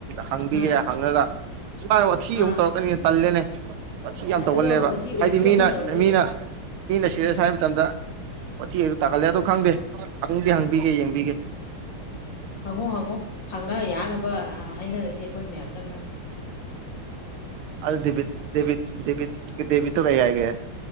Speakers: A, on the right; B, on the left.
A: ꯍꯪꯕꯤꯒꯦ
B: ꯑꯥ
A: ꯍꯪꯉꯒ___ ꯃꯥ ꯋꯥꯊꯤ
B: ꯑꯥ
A: ꯑꯃꯨꯛ ꯇꯧꯔꯛꯀꯅꯤ ꯇꯜꯂꯦꯅꯦ꯫ ꯋꯥꯊꯤ ꯌꯥꯝ
B: ꯑꯗꯣ
A: ꯇꯧꯒꯜꯂꯦꯕ
B: ꯋꯥꯊꯤ ꯑꯣꯏꯔꯁꯨ
A: ꯍꯥꯏꯗꯤ ꯃꯤꯅ
B: ꯑꯃ ꯇꯧꯔꯁꯨ
A: ꯃꯤꯅ___ ꯃꯤꯅ ꯁꯤꯔꯦꯁ
B: ꯎꯝ
A: ꯍꯥꯏꯕ ꯃꯇꯝꯗ ꯋꯥꯊꯤ ꯑꯗꯨꯝ ꯇꯥꯒꯜꯂꯦ ꯑꯗꯨ ꯈꯪꯗꯦ ꯍꯪꯗꯤ ꯍꯪꯕꯤꯒꯦ ꯌꯦꯡꯕꯤꯒꯦ꯫
B: ꯍꯪꯉꯣ ꯍꯪꯉꯣ ꯍꯪꯉ ꯌꯥꯅꯕ ꯍꯥꯏꯅꯔꯁꯤ ꯑꯩꯈꯣꯏ ꯃꯌꯥꯝ ꯆꯪꯉꯒ꯫
A: ꯑ ꯗꯦꯕꯤꯠ ꯗꯦꯕꯤꯠ ꯗꯦꯕꯤꯠ ꯗꯦꯕꯤꯠꯇꯣ ꯀꯩ ꯍꯥꯏꯒꯦ꯫